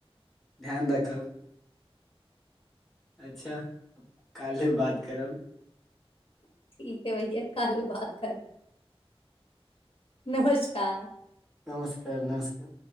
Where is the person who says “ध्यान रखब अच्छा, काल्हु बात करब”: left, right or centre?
Centre